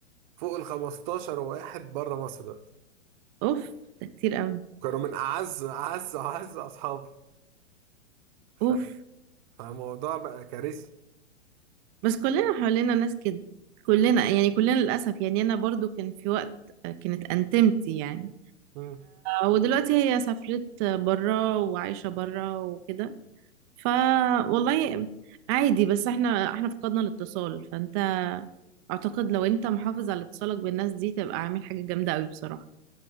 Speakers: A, on the right; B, on the right.
A: فوق ال 15 واحد بره مصر دلوقتي
B: اوف ده كتير قوي
A: كانوا من اعز اعز اعز اصحابي ف...
B: اوف
A: فالموضوع بقى كارثي
B: بس كلنا حوالينا ناس كده كلنا يعني كلنا للأسف يعني أنا برضو كان في وقت كانت أنتمتي يعني
A: مم.
B: ودلوقتي هي سافرت برا وعايشة برا وكده ف والله عادي بس احنا احنا فقدنا الاتصال فانت اعتقد لو انت محافظ على اتصالك بالناس دي تبقى عامل حاجة جامدة قوي بصراحة